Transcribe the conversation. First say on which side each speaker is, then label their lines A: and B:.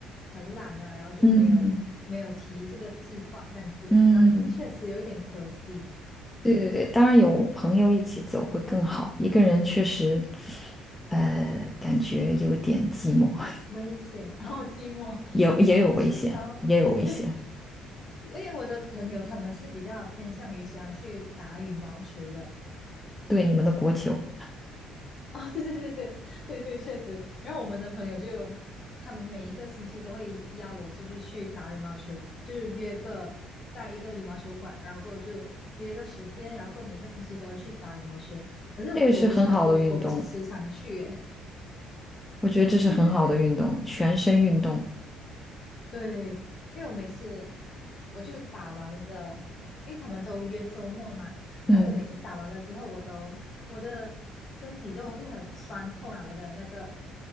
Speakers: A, on the left (about 40°); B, on the left (about 15°).
A: 很懒呐、然后就没有没有提这个计划这样子，
B: 嗯嗯，
A: 然后确实有一点可惜，
B: 对对对，当然有朋友一起走会更好，一个人确实，呃，感觉有点寂寞。
A: 危险，然后寂寞。
B: 也也有危险，
A: 那确实，哦，
B: 也有危险。
A: <laughs> 对，因为我的朋友他们是比较偏向于喜欢去打羽毛球的，
B: 对你们的国球，
A: <laughs> 哦，对对对对对对对，确实。然后我们的朋友就，他们每一个星期都会邀我，就是去打羽毛球，就是约个在一个羽毛球馆，然后过后就约个时间，然后过后每个星期都会去打羽毛球。可是我不是我我不是时常去耶，
B: 这个是很好的运动，我觉得这是很好的运动，
A: <laughs> 对对对，
B: 全身运动。
A: 对，因为我每次我就打完了，因为他们都约周末嘛，
B: 嗯
A: 然后我每次打完了之后，我都我的身体都会很酸痛啊，我的那个